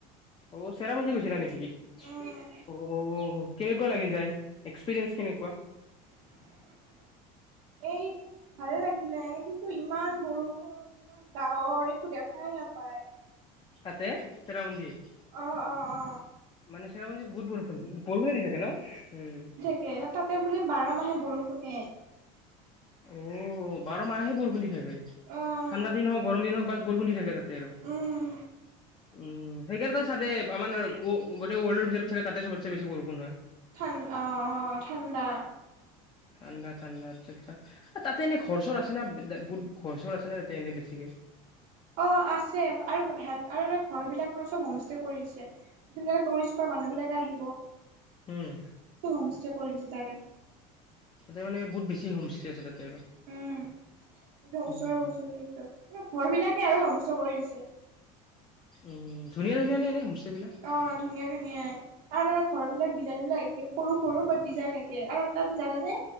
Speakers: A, on the left; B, on the right.
A: অ', চেৰাপুঞ্জী গৈছিলা নেকি। অ',
B: উম,
A: কেনেকুৱা লাগিল যায়, এক্সপিৰিয়েঞ্চ কেনেকুৱা।
B: <inaudible> এই ভালে লাগিলে, কিন্তু ইমান বৰষুণ। ইমান ডাৱৰ একো দেখাই নাপায়।
A: তাতে চেৰাপুঞ্জীত।
B: অ', অ', অ'।
A: মানে চেৰাপুঞ্জীত বহুত বৰষুণ, বৰষুনেই দি থাকে ন, <unintelligible>
B: দিয়ে, তাতে বোলে বাৰ মাহে বৰষুণে।
A: অ', বাৰ মাহেই বৰষুণ দি থাকে।
B: অ',
A: ঠাণ্ডা দিন হওঁক গৰম দিন হওঁক বছ বৰষুণ দি থাকে তাতে আৰু,
B: উম,
A: উম। সেইকাৰণেটো <unintelligible> আমাৰ গোটেই ৱৰ্ল্ডৰ ভিতৰত চাগে তাতে চবতচে বেচি বৰষুণ হয়।
B: ঠান অ', অ', ঠাণ্ডা।
A: ঠাণ্ডা- ঠাণ্ডা। আচ্ছা- আচ্ছা, এ তাতে এনে ঘৰ চৰ আছে না বুত ঘৰ চৰ আছে না তাতে এনেই বেছিকে।
B: অ' আছে আৰু ঘৰ বিলাক নহ চব হোমষ্টে কৰি দিছে। ধুনীয়াকে টুৰিষ্ট কৰা মানুহবিলাকে আহিব।
A: উম।
B: চব হোমষ্টে কৰি দিছে তাৰে।
A: তাতে মান বহুত বেছি হোমষ্টে আছে তাতে।
B: উম, একদম
A: উম
B: ওচৰে- ওচৰে একদম, মানে ঘৰ বিলাকে আৰু হোমষ্টে কৰি দিছে।
A: উম, ধুনীয়া- ধুনীয়া নে এনে হোমষ্টেবিলাক।
B: অ', ধুনীয়া ধুনীয়াই। আৰু ঘৰ বিলাক ডিজাইনবিলাক একে সৰু- সৰু বাট ডিজাইন একে, আৰু তাত জানে নে